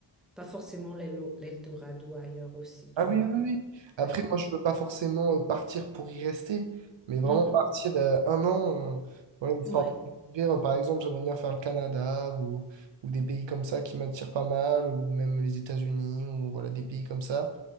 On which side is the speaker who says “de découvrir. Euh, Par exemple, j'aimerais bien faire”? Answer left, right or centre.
Right